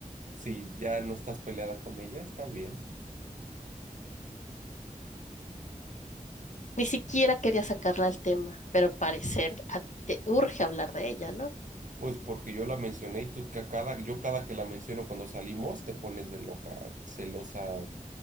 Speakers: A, on the right; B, on the left.
A: Si ya no estás peleada con ella, está bien.
B: Ni siquiera quería sacarla al tema, pero parecer a ti te urge hablar de ella, ¿no?
A: Pues porque yo la mencioné y tú ca- cada, yo cada que la menciono cuando salimos te pones de loca, celosa,